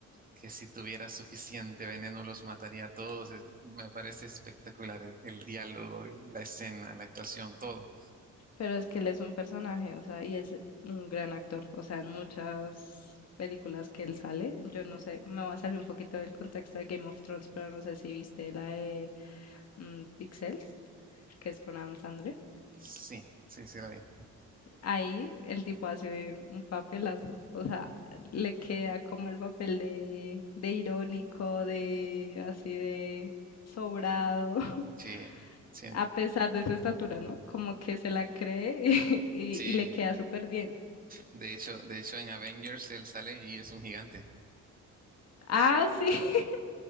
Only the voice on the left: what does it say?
Pero es que él es un personaje, o sea, y es un gran actor. O sea, en muchas películas que él sale, yo no sé, me va a salir un poquito del contexto de Game of Thrones, pero no sé si viste la de mm, Pixels, que es con Adam Sandler.
Ahí el tipo hace un papelazo, o sea, le queda como el papel de, de irónico, de así de sobrado. <laughs>
A pesar de su estatura, ¿no? Como que se la cree <laughs> y,
y le queda súper bien.
Ah, sí. <laughs>